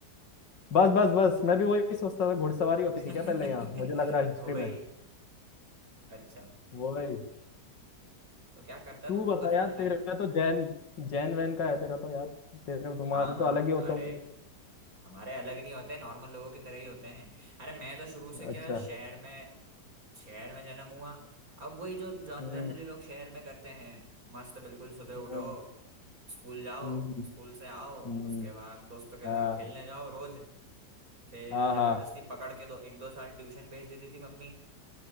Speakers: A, on the left (about 85°); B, on the right (about 50°).
A: बस बस बस मैं भी वही सोचता था घुड़सवारी होती
B: <laughs>
A: थी क्या पहले यहाँ मुझे लग रहा है हिस्ट्री
B: वही
A: में
B: अच्छा
A: वही
B: तो क्या करता
A: तू
B: था
A: बता
B: तू बचपन
A: यार
B: में
A: तेरा तो जैन जैन वैन का है तेरा तो यार तेरे तुम्हारे
B: हाँ हाँ
A: तो अलग ही होते
B: अरे
A: होंगे
B: हमारे अलग नहीं होते नॉर्मल लोगों की तरह ही होते हैं अरे मैं तो शुरू से क्या
A: अच्छा
B: शहर में शहर में जन्म हुआ अब वही जो जनरली
A: हम्म
B: लोग शहर में करते हैं मस्त बिल्कुल सुबह
A: हम्म
B: उठो स्कूल जाओ
A: हम्म
B: स्कूल से आओ
A: हम्म,
B: उसके बाद दोस्तों के
A: हाँ
B: साथ खेलने जाओ रोज फिर
A: हाँ
B: जबरदस्ती
A: हाँ
B: पकड़ के दो एक दो साल ट्यूशन भेज देती थी मम्मी